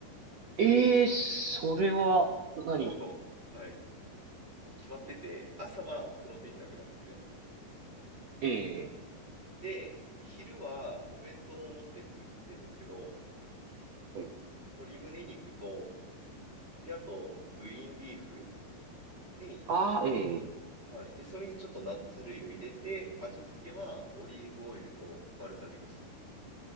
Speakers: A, on the right; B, on the right.
A: ええーそれは何、
B: もう、はい。もう決まってて、朝はプロテインだけなんですよ。
A: えええ
B: で、昼はお弁当を持って作ってるんですけど、
A: ええ
B: 鶏胸肉と、で、あと、グリーンリーフに、
A: ああ、ええ、
B: はい。で、それにちょっとナッツ類を入れて、味付けはオリーブオイルとバルサミコ酢。